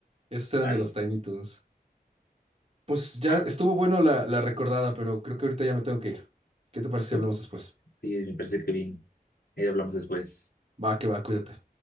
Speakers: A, on the right (about 40°); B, on the left (about 85°).
A: Esos eran
B: And,
A: de los Tiny Toons. Pues ya
B: ah,
A: estuvo bueno la, la recordada, pero creo que ahorita ya me tengo que ir. ¿Qué te parece
B: sí,
A: si hablamos después?
B: sí, me parece que bien. Ahí hablamos después.
A: Va, que va, cuídate.